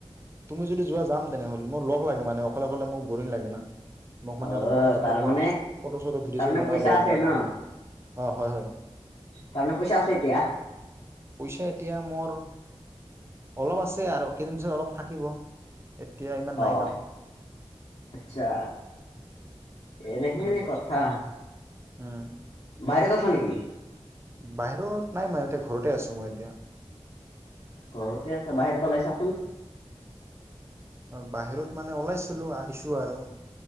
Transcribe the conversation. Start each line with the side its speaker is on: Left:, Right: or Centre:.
Right: তুমি যদি যোৱা যাম তেনেহলে, মোৰ লগ লাগে মানে অকলে-অকলে মোৰ বৰিং লাগে না। মোক মানে
Left: অ
Right: অলপ কথা-চথা
Left: তাৰমানে
Right: কোৱা, ফটো-চটোও ভিডিঅ'-চিডিঅ
Left: তাৰমানে
Right: বনোৱা
Left: পইচা আছে ন
Right: লগ <unintelligible> অঁ হয়-হয়
Left: তাৰমানে পইচা আছে এতিয়া
Right: পইছা মোৰ অলপ আছে আৰু কেইদিন পিছত অলপ থাকিব। এতিয়া ইমান নাই
Left: অ-অ!
Right: ৰ
Left: আচ্ছা। এনেহেনে
Right: তেনেকুৱাই
Left: কথা।
Right: উম
Left: বাৰ <unintelligible> হয় নেকি?
Right: বাহিৰত নাই মই এতিয়া ঘৰতে আছোঁ মই এতিয়া।
Left: ঘৰতে আছা, বাহিৰত ওলাইছাচোন?
Right: অ বাহিৰত মানে ওলাইছিলো আহিছোঁ আৰু।